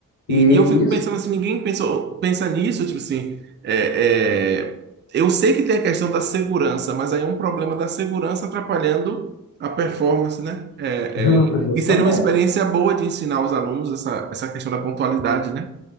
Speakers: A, on the right; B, on the left.
A: E,
B: E
A: e eu fico
B: isso.
A: pensando assim, ninguém pensou, pensa nisso, tipo assim, é, é, eu sei que tem a questão da segurança, mas aí é um problema da segurança atrapalhando a performance, né? É,
B: Ju-
A: é,
B: Justamente.
A: e seria uma experiência boa de ensinar os alunos essa, essa questão da pontualidade, né?